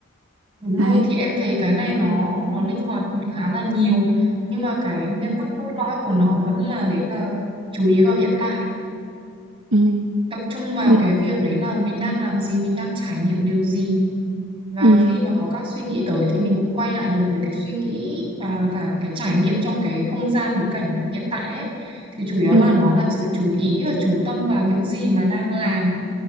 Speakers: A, on the right; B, on the right.
A: Đúng
B: Đấy.
A: rồi thì em thấy cái này nó nó linh hoạt khá là nhiều nhưng mà cái nguyên tắc cốt lõi của nó vẫn là đấy là chú ý vào hiện tại
B: Ừ.
A: tập trung vào
B: Ừ.
A: cái việc đấy là mình đang làm gì mình đang trải nghiệm điều gì và
B: Ừ.
A: khi mà có các suy nghĩ tới thì mình cũng quay lại được với cái suy nghĩ và cả cái trải nghiệm trong cái không gian ngữ cảnh hiện tại ấy. Thì chủ yếu
B: Ừ.
A: là nó là sự chú ý và chú tâm vào những gì mà đang làm